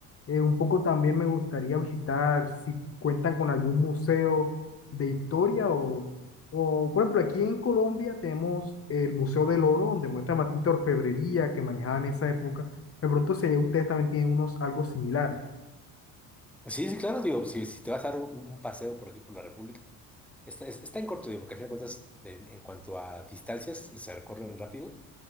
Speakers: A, on the left; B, in the centre.
A: eh, un poco también me gustaría visitar si cuentan con algún museo de historia o, o, por ejemplo, aquí en Colombia tenemos el Museo del Oro, donde muestran bastante orfebrería que manejaban en esa época. De pronto, si allá ustedes también tienen unos, algo similar.
B: Pues Sí, sí, claro, digo, si, si te vas a dar un, un paseo por aquí por la República, está, es- está en corto, digo, porque a fin de cuentas, en, en cuanto a distancias, se recorren rápido,